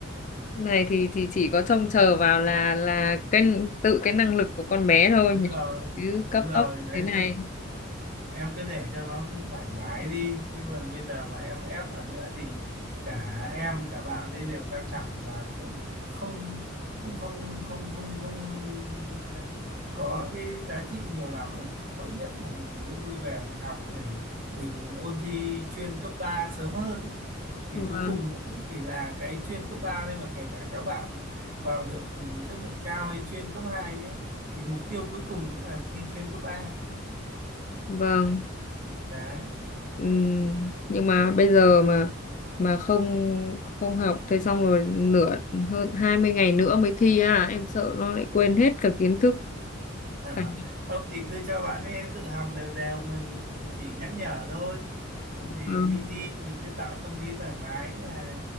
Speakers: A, on the left (about 40°); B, on the right (about 40°).
A: này thì thì chỉ có trông chờ vào là là cái tự cái năng lực của con bé thôi
B: đúng
A: nhỉ
B: rồi
A: chứ
B: đúng
A: cấp
B: rồi
A: tốc
B: đấy
A: thế này
B: em cứ để cho nó thoải mái đi chứ còn bây giờ mà em ép ở nữa thì cả em cả bạn ấy đều căng thẳng mà cũng không cũng không không không không ờ, có cái giá trị nhiều lắm ấy tốt nhất là mình cứ vui vẻ mình học để mình ôn thi chuyên cấp 3 sớm hơn ấy. vì
A: vâng
B: cuối cùng cũng chỉ là cái chuyên cấp 3 thôi mà kể cả các bạn vào được ừ, chất lượng cao hay chuyên cấp 2 nhé thì mục tiêu cuối cùng cũng là thi chuyên cấp ba
A: vâng
B: đấy
A: Ừm, nhưng mà bây giờ mà mà không không học thế xong rồi nửa hơn 20 ngày nữa mới thi à em sợ nó lại quên hết cả kiến thức
B: <laughs>
A: cả
B: không thì cứ cho bạn ấy tự học đều đều mình mình chỉ nhắc nhở thôi xong thì
A: vâng.
B: đi thi mình cứ tạo tâm lý thoải mái là